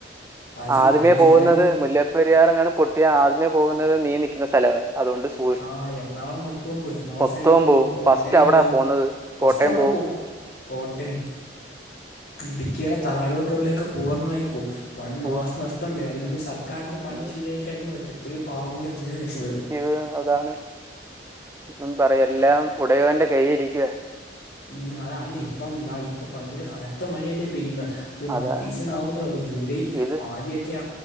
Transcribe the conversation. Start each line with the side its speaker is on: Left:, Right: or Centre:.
Left: അത്
Right: ആദ്യമേ
Left: പല ജില്ലകളും
Right: പോകുന്നത് മുല്ല- ല്ല പെരിയാർ എങ്ങാനും പൊട്ടിയ ആദ്യമേ പോകുന്നത് നീ നിക്കുന്ന സ്ഥലവ അതുകൊണ്ട് സൂ-
Left: ആഹ് എറണാകുളം മൊത്തവും പോയി <unintelligible> ന്ന് നാൻ
Right: മൊത്തവും
Left: സൈഡ് പോവും കോട്ടയം
Right: ഫസ്റ്റ് അവിടാ
Left: പോവും
Right: പോന്നത്
Left: ഫസ്റ്റ്
Right: കോട്ടയം
Left: അവിടെ പോവും കോട്ടയം ഇടുക്കിയുടെ താഴൊട്ട് ഉള്ളിലൊക്കെ പൂർണ്ണമായി പോവും വൻ
Right: പോവാ
Left: നാശനഷ്ടം വരും അതിന് മുമ്പേ സർക്കാരി നിന്ന്
Right: ആ,
Left: ഫണ്ട്
Right: പിന്നെ
Left: ശരിയായി കഴിഞ് എത്രയോ പാവങ്ങളുടെ ജീവിതം രക്ഷപ്പെടും
Right: ജീവിതം അതാണ് ഉം പറയാ എല്ലാം ഉടയവന്റെ കൈയ്യിൽ ഇരിക്കുവ
Left: ഉം അതാ അല്ല ഇപ്പം ഇതാ ഇപ്പ ഭയങ്കര കനത്ത മഴയല്ലേ പെയ്യുന്നെ ഇത്
Right: അതാ
Left: മറ്റ് സീസൺ ആകുന്നേയുള്ളൂ ജൂലൈ
Right: ഇത്
Left: പാതിയൊക്കെ